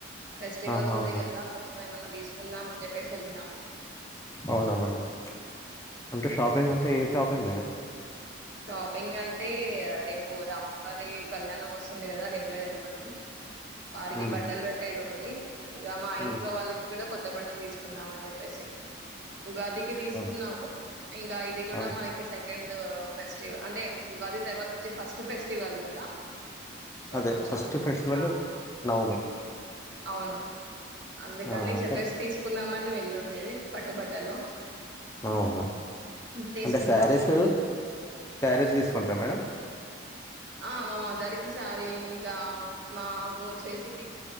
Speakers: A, on the right; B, on the left.
A: ఫెస్టివల్
B: ఆహా
A: ఉంది
B: అవునా
A: గదా కొంచమ్ ఏమన్న తీసుకుందాం అని చెప్పేసి వెళ్ళినా.
B: అవునా మేడం అంటే షాపింగ్ అంటే ఏ షాపింగ్ మేడం.
A: షాపింగ్ అంటే రేపు రాములవారి కళ్యాణం వస్తుంది కదా రేప్ లేదు ఎల్లుండి. వారికి
B: ఉమ్
A: బట్టల బెట్టే దున్ <unintelligible> ఇంక మా ఇంట్లో
B: ఉమ్
A: వాళ్ళకి కూడా కొత్ బట్టలు తీసుకుందా అని జెప్పేసి ఉగాదికి తీసుకున్నాము.
B: అవును
A: ఇంకా ఇది గుడా
B: అవును
A: మనకి సై ఎండు ఫెస్టివల్ అంటే ఉగాది తర్వాత వచ్చే ఫస్ట్ ఫెస్టివల్ కదా సో
B: అదే
A: కొంచెం
B: ఫస్ట్ ఫెస్టివల్
A: ఆ
B: నవమి
A: అవును అందుకని
B: ఆ
A: చెప్పేసి
B: అంటే
A: తీసుకుందామని వెల్ లున్ ఉండేవి పట్టుబట్టలో
B: అవునా
A: తీసుకున్నాము
B: అంటే శారీసు శారీస్ తీసుకుంటార మేడం
A: ఆ మా మదర్కి శారీ ఇంకా మాకు వచ్చేసి